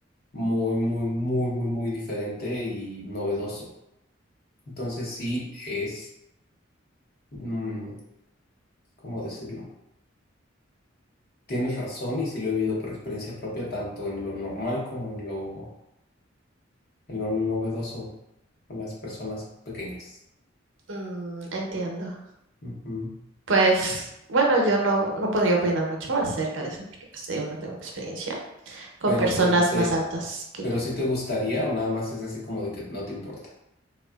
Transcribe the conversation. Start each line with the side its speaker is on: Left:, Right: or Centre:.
Left: muy, muy, muy, muy, muy diferente y novedoso. Entonces sí es, mm, ¿cómo decirlo? Tienes razón y sí lo he vivido por experiencia propia, tanto en lo normal como en lo, en lo novedoso con las personas pequeñas.
Right: mm, entiendo.
Left: Ujú.
Right: Pues bueno, yo no, no podría opinar mucho acerca de eso porque pues te digo, no tengo experiencia con
Left: Pero
Right: personas
Left: te, te-
Right: más altas que
Left: pero
Right: yo.
Left: sí te gustaría o nada más es así como de que no te importa.